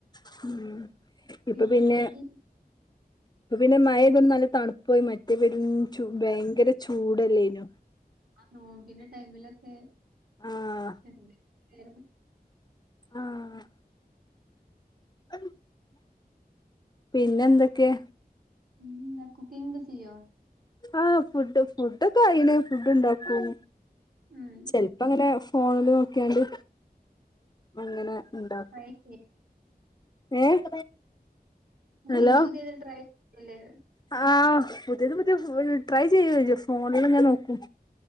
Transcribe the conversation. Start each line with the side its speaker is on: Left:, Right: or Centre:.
Left: ഉം
Right: പിന്നി
Left: ഇപ്പൊ പിന്നെ
Right: <unintelligible>
Left: ഇപ്പൊ പിന്നെ മഴ പെയ്തോണ്ട് തണുപ്പും മറ്റേ പെരും ചൂ ഭയങ്കര ചൂടല്ലേയിനോ
Right: ആ നോമ്പിൻ്റെ ടൈമിലൊക്കെ
Left: ആ
Right: എന്തെക്കെയ്നു
Left: ആഹ് <unintelligible> പിന്നെന്തൊക്കെ
Right: ഉം കുക്കിംഗ് ഒക്കെ ചെയ്യോ
Left: ആഹ് ഫുഡ് ഫുഡൊക്കെ ആയിണ് ഫുഡ് ഉണ്ടാക്കും
Right: ഉം
Left: ചെലപ്പങ്ങനെ ഫോണില് നോക്കിയാണ്ട് അങ്ങനെ ഉണ്ടാക്കും
Right: ട്രൈ ചെയ്യ
Left: ഏഹ്
Right: പുതിയത്
Left: ഹലോ
Right: പുതിയത് ട്രൈ ചെയ്ല്ലേ
Left: ആഹ് പുതിയത് പുതിയ ട്രൈ ചെയ്യോ ഫോണിലിങ്ങനെ നോക്കും